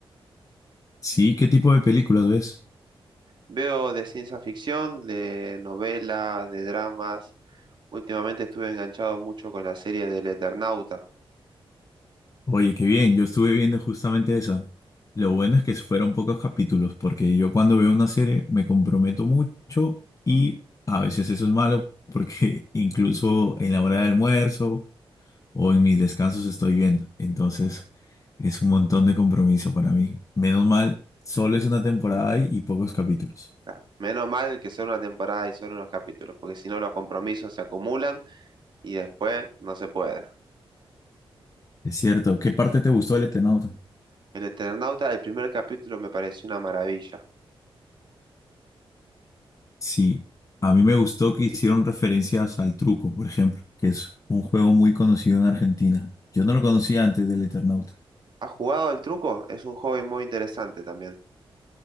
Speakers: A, on the left (about 35°); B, on the right (about 55°).
A: Sí, ¿qué tipo de películas ves?
B: Veo de ciencia ficción, de novelas, de dramas. Últimamente estuve enganchado mucho con la serie del Eternauta.
A: Oye, qué bien, yo estuve viendo justamente esa. Lo bueno es que fueron pocos capítulos, porque yo cuando veo una serie me comprometo mucho y a veces eso es malo, porque <laughs> incluso en la hora del almuerzo o en mis descansos estoy viendo. Entonces es un montón de compromiso para mí. Menos mal, solo es una temporada y y pocos capítulos.
B: Claro, Menos mal que son una temporada y son unos capítulos, porque si no los compromisos se acumulan y después no se puede.
A: Es cierto, ¿qué parte te gustó del Eternauta?
B: El Eternauta, el primer capítulo me pareció una maravilla.
A: Sí, a mí me gustó que hicieron referencias al truco, por ejemplo, que es un juego muy conocido en Argentina. Yo no lo conocía antes del Eternauta.
B: ¿Has jugado al truco? Es un hobby muy interesante también.